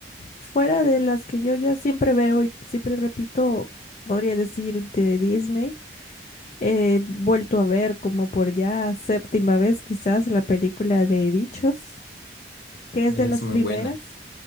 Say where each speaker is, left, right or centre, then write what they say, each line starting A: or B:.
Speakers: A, on the left; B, on the left.
A: fuera de las que yo ya siempre veo y siempre repito, podría decir de Disney. He vuelto a ver como por ya séptima vez quizás la película de Bichos, que es
B: Esa
A: de las
B: es muy
A: primeras.
B: buena.